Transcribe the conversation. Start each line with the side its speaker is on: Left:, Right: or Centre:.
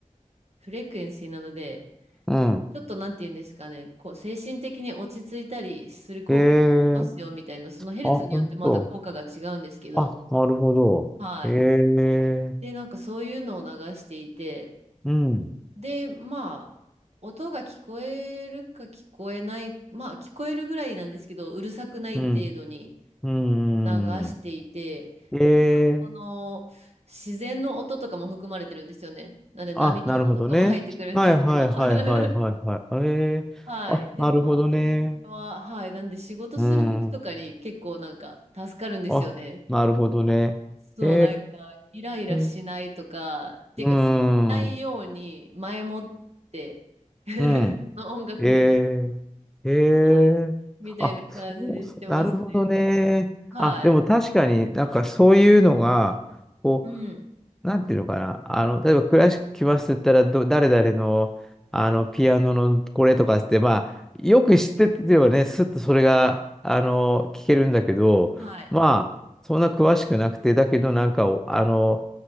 Right: フレクエンシーなので、
Centre: うん
Right: ちょっとなんて言うんですかね、こう精神的に落ち着いたりする効果がありますよみたいな、
Centre: ええ
Right: そのヘルツによってまた効果が違うんですけど、
Centre: あ、本当。あ、なるほど。
Right: はい。
Centre: ええ
Right: で、なんかそういうのを流していて、
Centre: うん、
Right: で、まあ、音が聞こえるか聞こえない、まあ、聞こえるぐらいなんですけど、うるさくない程度に
Centre: うん、うん。
Right: 流していて、
Centre: うんえ
Right: でまあ、その、
Centre: え
Right: 自然の音とかも含まれてるんですよね。なので、波の音とかも入ってくるんですけど。
Centre: あ、なるほどね。はいはいはいはいはいはい。
Right: <laughs>
Centre: ええあ、
Right: はい。で、
Centre: なるほどね。
Right: まあ、それは、はい。なんで、仕事するときとかに結構なんか助かるんですよね。
Centre: うん。あ、なるほどね。
Right: そう、
Centre: え
Right: なんか、イライラしないとか、
Centre: え
Right: っていうか、
Centre: うん、
Right: しないように前もって、
Centre: うん、うん。
Right: の音楽で。
Centre: ええ、え
Right: はい。
Centre: え、
Right: みたいな感じでしてますね。
Centre: あ、そうそう、なるほどね。
Right: はい。
Centre: あ、でも確かになんかそういうのが、こ
Right: うん。
Centre: なんていうのかな。あの、例えばクラシック来ますって言ったら、ど、誰々の、あの、ピアノのこれとかっつって、まあ、よく知っててればね、すっとそれが、あの、聞けるんだけど、
Right: はい。
Centre: まあ、そんな詳しくなくて、だけどなんか、おあの、